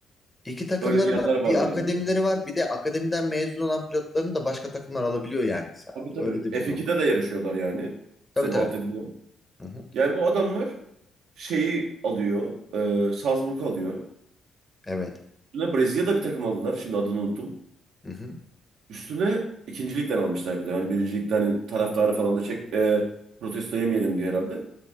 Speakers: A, on the left; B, on the right.
A: İki takımları
B: Öyle diyenler
A: var.
B: var
A: Bir
B: yani.
A: akademileri var. Bir de akademiden mezun olan pilotlarını da başka takımlar alabiliyor yani sadece.
B: Tabii tabii.
A: Öyle de bir
B: F2'de
A: durum var.
B: de yarışıyorlar yani.
A: Tabii
B: Senin
A: tabii.
B: alt dediğin o.
A: Hı hı.
B: Yani bu adamlar şeyi alıyor. E, Salzburg alıyor.
A: Evet.
B: Üstüne Brezilya'da bir takım aldılar. Şimdi adını unuttum.
A: Hı hı.
B: Üstüne ikinci ligden almışlar bir de. Hani birinci ligden hani taraftarı falan da çek, e, protesto yemeyelim diye herhalde.